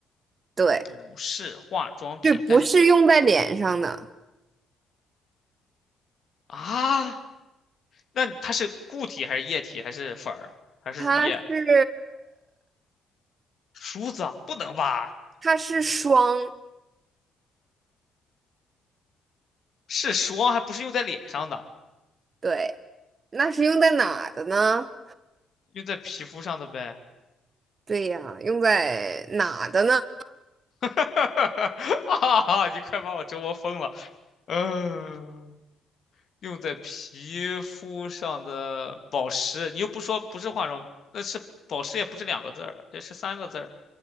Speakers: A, on the right; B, on the left.
A: 对，
B: 不是化妆品，
A: 是不是用在脸上的？
B: 但是几啊？那它是固体还是液体还是粉儿还是乳液？
A: 它是
B: 梳子啊不能吧？
A: 它是霜，
B: 是霜，还不是用在脸上的，
A: 对，那是用在哪的呢？
B: 用在皮肤上的呗。
A: 对呀，用在哪的呢？
B: <laughs> 啊，你快把我折磨疯了。嗯，用在皮肤上的保湿，你又不说不是化妆，那是保湿也不是两个字儿，也是三个字儿，